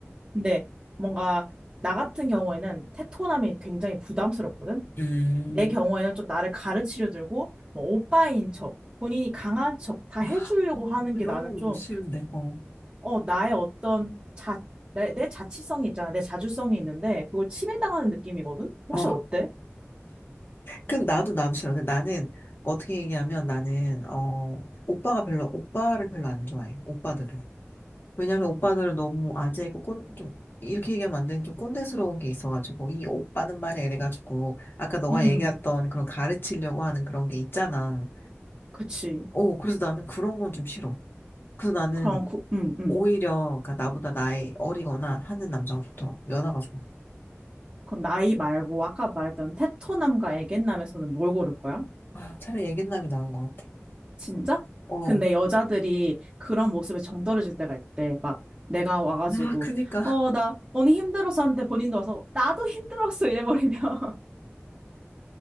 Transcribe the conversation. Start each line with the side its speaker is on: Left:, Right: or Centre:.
Right: 근데 뭔가 나 같은 경우에는 테토남이 굉장히 부담스럽거든.
Left: 음,
Right: 내 경우에는 좀 나를 가르치려 들고 뭐 오빠인 척, 본인이 강한 척 다 해주려고
Left: 아,
Right: 하는
Left: 그런
Right: 게 나는
Left: 건
Right: 좀,
Left: 못 싫은데, 어.
Right: 어, 나의 어떤 자, 내, 내 자치성이 있잖아. 내 자주성이 있는데 그걸 침해당하는 느낌이거든? 혹시
Left: 어,
Right: 어때?
Left: 그 나도, 나도 싫어. 근데 나는, 어떻게 얘기하면 나는, 어, 오빠가 별로, 오빠를 별로 안 좋아해. 오빠들을. 왜냐면 오빠들은 너무 아재고, 꼰, 좀, 이렇게 얘기하면 안 되는 좀 꼰대스러운 게 있어가지고, 이 오빠는 말이야. 이래가지고, 아까 너가
Right: 음,
Left: 얘기했던 그런 가르치려고 하는 그런 게 있잖아.
Right: 그치.
Left: 어, 그래서 나는 그런 건 좀 싫어. 그래서 나는
Right: 그럼, 구, 음, 음.
Left: 오히려, 그니까 나보다 나이 어리거나 하는 남자가 좋더라고. 연하가 좋아.
Right: 그럼 나이 말고 아까 말했던 테토남과 애견남에서는 뭘 고를 거야?
Left: 아, 차라리 애견남이 나은 것 같아.
Right: 진짜?
Left: 어.
Right: 근데 여자들이 그런 모습에 정 떨어질 때가 있대. 막 내가 와가지고
Left: 아, 그니까.
Right: 어, 나 언니 힘들었어 하는데 본인도 와서 나도 힘들었어 이래버리면 <laughs>